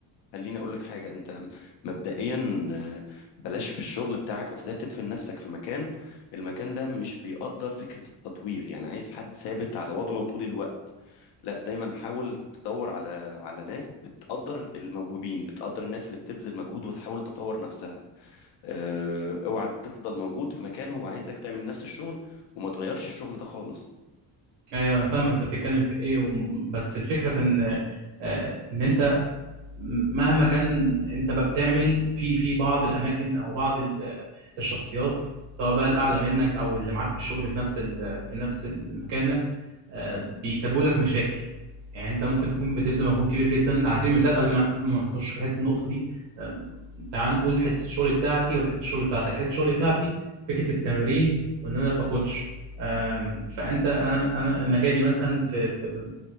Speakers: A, on the left (about 70°); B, on the right (about 80°).
A: خليني اقول لك حاجه انت مبدئيا آه، بلاش في الشغل بتاعك بالذات تدفن نفسك في مكان المكان ده مش بيقدر فكره التطوير يعني عايز حد ثابت على وضعه طول الوقت لا دايما حاول تدور على على ناس بتقدر الموهوبين بتقدر الناس اللي بتبذل مجهود وتحاول تطور نفسها آه، اوعى تفضل موجود في مكان هو عايزك تعمل نفس الشغل وما تغيرش الشغل ده خالص
B: ايوه انا فاهمك انت بتتكلم في ايه وم- بس الفكره في ان آه، ان انت مهما كان انت بقى بتعمل في في بعض الاماكن او بعض ال- الشخصيات سواء بقى الاعلى منك او اللي معاك في الشغل في نفس ال- في نفس المكانه آه، بيسببوا لك مشاكل يعني انت ممكن تكون بتبذل مجهود كبير جدا على سبيل المثال قبل ما قبل ما نخش في حته النقطه دي آه، تعال نقول حته الشغل بتاعتي وحته الشغل بتاعتك حته الشغل بتاعتي فكره التمرين وان انا ابقى كوتش آم، فانت انا انا مجالي مثلا في في-